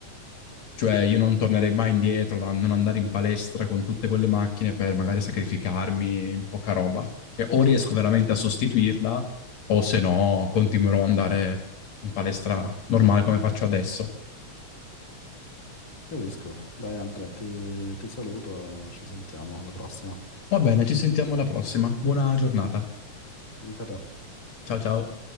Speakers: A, on the left; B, on the left.
A: Cioè io non tornerei mai indietro da non andare in palestra con tutte quelle macchine per magari sacrificarmi in poca roba. Cioè o riesco veramente a sostituirla o se no continuerò ad andare in palestra normale come faccio adesso.
B: Capisco. Dai Andrea, ti, ti saluto, ci sentiamo alla prossima.
A: Va bene, ci sentiamo alla prossima. Buona giornata.
B: Anche a te.
A: Ciao ciao.